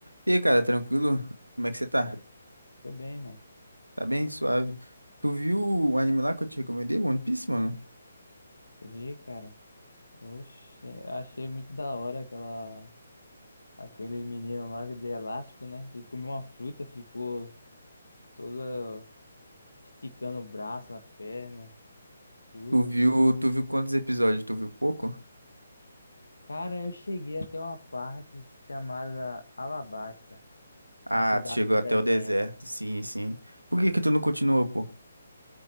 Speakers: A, on the right (about 85°); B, on the left (about 70°).
A: E aí, cara, tranquilo? Como é que você tá?
B: Tô bem, mano.
A: Tá bem? Suave. Tu viu o anime lá que eu te recomendei, One Piece, mano?
B: Vi, cara. Eu che- achei muito da hora aquela... aquele menino lá de elástico, né? Ele comeu uma fruta, ficou todo eh, esticando o braço, a perna, tudo.
A: Tu viu, tu viu quantos episódios? Tu viu pouco?
B: Cara, eu cheguei até uma parte chamada Alabasta,
A: Ah,
B: uma cidade
A: tu chegou
B: no
A: até
B: deserto.
A: o deserto, sim, sim. Por que que tu não continuou, pô?